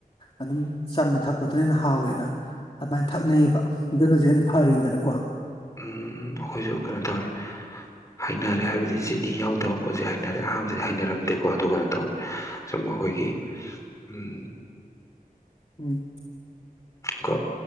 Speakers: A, on the left (about 35°); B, on the left (about 20°).
A: ꯑꯗꯨꯝ ꯆꯝꯅ ꯊꯛꯄꯗꯨꯅ ꯍꯟꯅ ꯍꯥꯎꯋꯦꯅ ꯑꯗꯨꯃꯥꯏꯅ ꯊꯛꯅꯩꯕ ꯑꯗꯨꯅꯁꯨ ꯍꯦꯟꯅ ꯐꯔꯤꯗꯅꯀꯣ
B: ꯎꯝ ꯑꯩꯈꯣꯏꯁꯨ ꯀꯩꯅꯣ ꯇꯧꯋꯦ ꯍꯩꯅꯔꯦ ꯍꯥꯏꯕꯗꯤ ꯆꯤꯅꯤ ꯌꯥꯎꯗꯕ ꯄꯣꯠꯁꯦ ꯍꯩꯅꯔꯦ ꯑꯍꯥꯟꯕꯗꯗꯤ ꯍꯩꯅꯔꯝꯗꯦꯀꯣ ꯑꯗꯨꯒ ꯀꯩꯅꯣ ꯇꯧꯋꯦ ꯁꯨꯝ ꯑꯩꯈꯣꯏꯒꯤ ꯎꯝ
A: <unintelligible> <inaudible>
B: ꯀꯣ